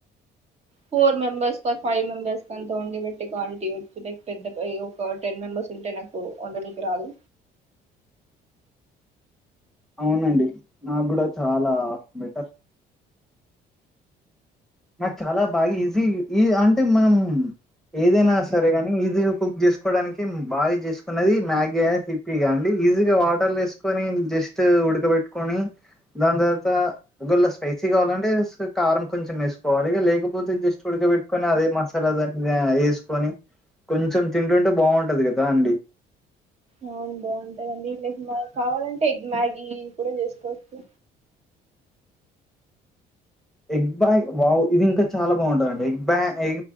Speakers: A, on the right; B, in the centre.
A: four members for five members కంతోండి బట్టి కాలిటీయచ్చు లైక్ పెద్ద ఏయో ఒక టెన్ మెంబెర్స్ ఉంటే నాకు వండనికి రాదు
B: అవునండి నాకు కూడా చాలా బెటర్ నాకు చాలా బాగా ఈజీ ఈ అంటే మనం ఏదైనా తారే గాని ఈజీగా కుక్ చేసుకోవడానికి బాగా చేసుకున్నది మ్యాగీ ఇప్పియా అండి ఈజీగా వాటర్ లో వేస్ కొని జస్ట్ ఉడకబెట్టుకొని దాని తర్వాత గొల్ల స్పైసీ కావాలంటే ఏస్ కారం కొంచెం వేసుకోవాలి ఇగ లేకపోతే జస్ట్ ఉడకబట్టుకొని అదే మసాలా దాని మీద వేసుకొని కొంచెం తింటుంటే బాగుంటది కదా అండి
A: అవును బాగుంటాదండి లైక్ మనకి కావాలంటే ఎగ్ మ్యాగీ కూడా చేసుకోవచ్చు
B: ఎగ్ బ్యాగ్ వావ్ ఇది ఇంకా చాలా బాగుంటందండి ఎగ్ బ్యాగ్ ఎ